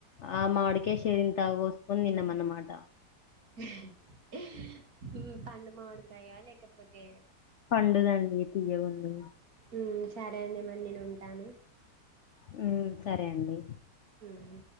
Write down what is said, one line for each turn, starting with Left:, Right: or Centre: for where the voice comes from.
Left: ఆ మామిడికాయ్ చెరింత కోసుకొని తిన్నాం అన్నమాట
Right: హేహే హ్మ్ పండు మామిడికాయా లేకపోతే
Left: పండుదండి తీయ్యగుంది
Right: ఉమ్, సరే అండి నేను ఉంటాను
Left: హ్మ్ సరే అండి
Right: ఉమ్.